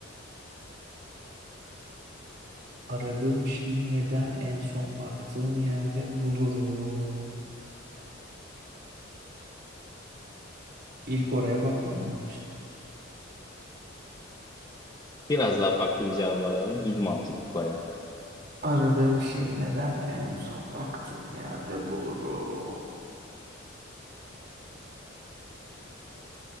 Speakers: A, on the right; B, on the left.
A: Aradığım şeyi neden en son baktığım yerde bulurum? İlk oraya bakmadığım için.
B: Biraz daha farklı bir cevap var abi. Düz mantık o ya.
A: Aradığım şeyi neden en son baktığım yerde bulurum?